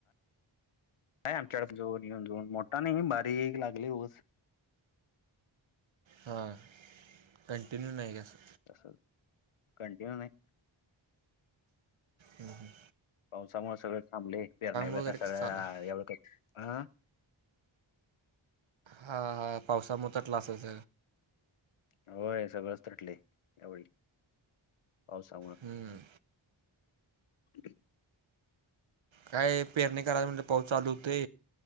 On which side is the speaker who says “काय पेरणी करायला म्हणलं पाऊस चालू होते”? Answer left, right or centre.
Right